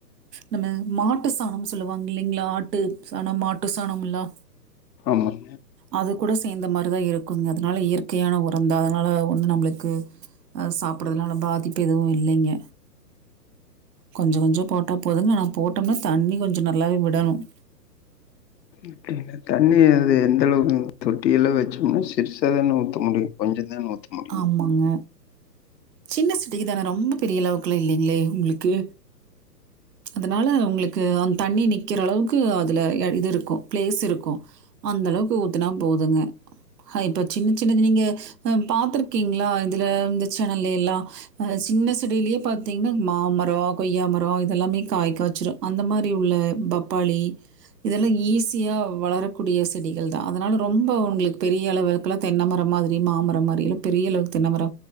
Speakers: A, on the right; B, on the left.
A: நம்ம மாட்டு சாணம் சொல்லுவாங்க இல்லைங்ளா ஆட்டு சாணம் மாட்டு சாணம் எல்லா
B: ஆமாக
A: அது கூட சேந்த மார்தா இருக்குங்க அதுனால இயற்கையான உரந்தா அதுனால ஒண்ணு நம்ளுக்கு அ சாப்புட்றதுனால பாதிப்பு எதுவு இல்லைங்க கொஞ்சோ கொஞ்சோ போட்டா போதுங்க ஆனா போட்டோம்னா தண்ணி கொஞ்சம் நல்லாவே விடணும்
B: அப்டிங்களா தண்ணி அது எந்த அளவுக்கு தொட்டியெல்லா வச்சோம்னா சிறிசா தானே ஊத்த முடியு கொஞ்சோ தானே ஊத்த முடியு
A: ஆமாங்க சின்ன சிட்டிக்கு தானே ரொம்ப பெரிய அளவுக்லா இல்லைங்களே உங்களுக்கு அதுனால உங்களுக்கு அந்த தண்ணி நிக்கிற அளவுக்கு அதில இது இருக்கு பிளேஸ் இருக்கு அந்த அளவுக்கு ஊத்துனா போதுங்க அ இப்போ சின்ன சின்ன நீங்க ஆ பாத்துருக்கீங்ளா இதில இந்த சேனல்ல எல்லா அ சின்ன செடியிலேயே பாத்தீங்ன்னா மா மரோ கொய்யா மரோ இதெல்லாமே காய் காய்ச்சிடு அந்த மாதிரி உள்ள பப்பாளி இதெல்லா ஈஸியா வளரக்கூடிய செடிகள் தா அதுனால ரொம்ப உங்களுக்கு பெரிய அளவுக் கெல்லா தென்னமரம் மாதிரி மாமரம் மாரி பெரிய அளவுக்கு தென்னமரோ